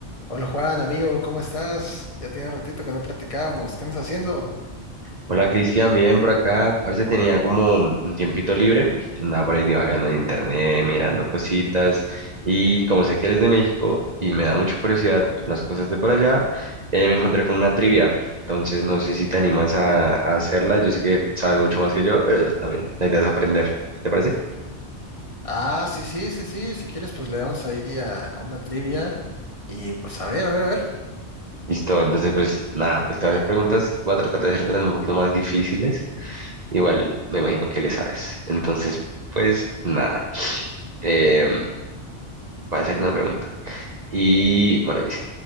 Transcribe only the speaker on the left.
Hola Juan, amigo, ¿cómo estás? Ya tiene un ratito que no platicamos. ¿Qué andas haciendo?
Ah, sí, sí, sí, sí. Si quieres, pues le damos ahí a, a una trivia. Y pues a ver, a ver, a ver.